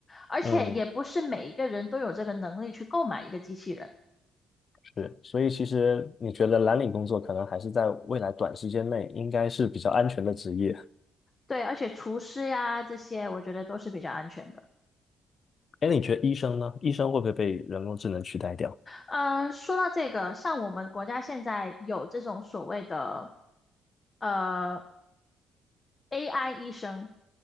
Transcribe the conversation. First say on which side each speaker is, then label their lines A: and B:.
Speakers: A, on the left; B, on the left.
A: 而且也不是每一个人都有这个能力去购买一个机器人。
B: 嗯，是，所以其实你觉得蓝领工作可能还是在未来短时间内应该是比较安全的职业。
A: 对，而且厨师呀这些，我觉得都是比较安全的。
B: 哎，你觉得医生呢？医生会不会被人工智能取代掉？
A: 呃，说到这个，像我们国家现在有这种所谓的呃 AI 医生，